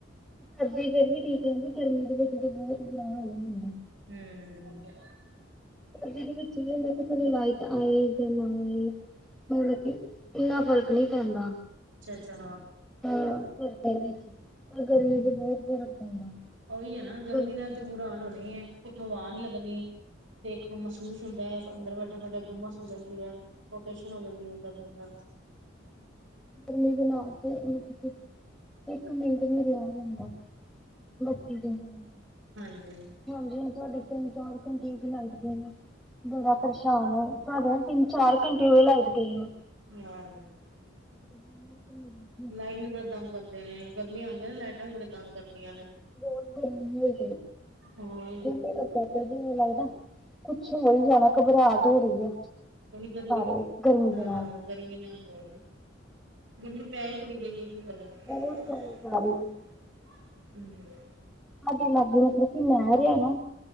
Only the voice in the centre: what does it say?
ਸਰਦੀ ਫੇਰ ਵੀ ਠੀਕ ਰਹਿੰਦੀ। ਗਰਮੀ ਦੇ ਵਿੱਚ ਤਾਂ ਬਹੁਤ ਬੁਰਾ ਹਾਲ ਹੋਇਆ ਹੁੰਦਾ।
ਸਰਦੀ ਦੇ ਵਿੱਚ ਇਹ ਹੁੰਦਾ ਕਿ ਚਲੋ ਲਾਈਟ ਆਏ ਜਾਂ ਨਾ ਆਏ। ਮਤਲਬ ਕਿ ਇੰਨਾ ਫ਼ਰਕ ਨਈਂ ਪੈਂਦਾ।
ਹਾਂ ਵਿੱਚ ਪਰ ਗਰਮੀ ਚ, ਗਰਮੀ ਚ ਬੋਤ ਫ਼ਰਕ ਪੈਂਦਾ।
ਗ
ਗਰਮੀ ਦੇ ਨਾਲ ਤੇ ਮਤਲਬ ਕਿ ਇੱਕ ਮਿੰਟ ਨਹੀ ਰਿਹਾ ਜਾਂਦਾ। ਬਾਕੀ <unintelligible>
ਹਾਂਜੀ ਹੁਣ ਤੁਹਾਡੇ ਤਿੰਨ ਚਾਰ ਘੰਟੇ ਹੋ ਗਏ ਲਾਈਟ ਗਏ ਨੂੰ। ਬੜਾ ਪਰੇਸ਼ਾਨ ਸਾਡੇ ਨਾ ਤਿੰਨ ਚਾਰ ਘੰਟੇ ਹੋ ਗਏ ਲਾਈਟ ਗਏ ਨੂੰ।
<unintelligible>
<inaudible> ਜਿਵੇ
ਲੱਗਦਾ ਕੁੱਛ ਹੋ ਈ ਜਾਣਾ ਘਬਰਾਟ ਹੋ ਰੀ ਆ।
ਰਹੇ ਗਰਮੀ
ਦੇ ਨਾਲ
ਬਹੁਤ ਗਰਮੀ ਪੈ ਰਹੀ ਹੈ ਸਾਡੇ ਲਾਗੇ ਮਤਲਬ ਕਿ ਨਹਿਰ ਆ ਨਾ।